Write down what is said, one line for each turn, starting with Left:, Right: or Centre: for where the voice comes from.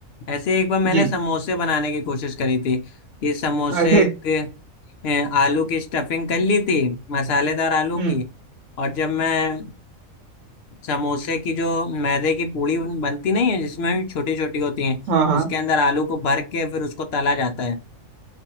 Left: ऐसे ही एक बार मैंने
Right: जी
Left: समोसे बनाने की कोशिश करी थी ये समोसे
Right: अरे
Left: के अ, आलू की स्टफिंग कर ली थी मसालेदार आलू
Right: हम्म
Left: की और जब मैं समोसे की जो मैदे की पूड़ी बन- बनती नहीं है जिसमें छोटी छोटी होती है
Right: हाँ हाँ
Left: उसके अंदर आलू को भर के फिर उसको तला जाता है